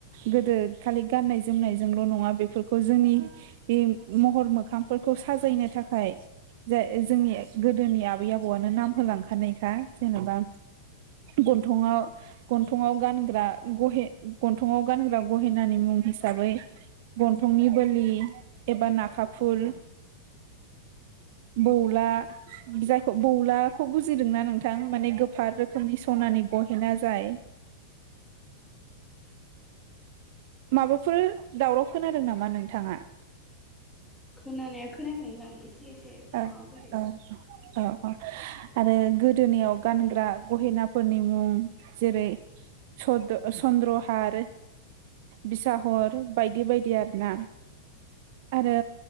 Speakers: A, on the right; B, in the centre.
A: गोदो खालि गाननाय जोमनायजोंल नङा बेफोरखौ जोंनि महर मोखां फोरखौ साजायनो थाखाय जाय जोंनि गोदोनि आबै आबौआनो नाम होलांखानायखा जेनबा गन्थंआव गानग्रा गहे गन्थंआव गानग्रा गहेनानि मुं हिसाबै गन्थंनि बोलि एबा नाखाफुल <unintelligible> बौला जायखौ बौलाखौ बुजिदोंना नोंथां माने गोफार रोखोमनि सनानि गहेना जाय माबाफोर दावराव खोनादों नामा नोंथाङा
B: खोनानाया खोनायाखै नोंथां। एसे एसे माबा
A: अ औ औ
B: फैदों
A: औ। आरो गोदोनियाव गानग्रा गहेनाफोरनि मुं जेरै सद सन न्द्रहार बिसाहर बायदि बायदि आरोना। आरो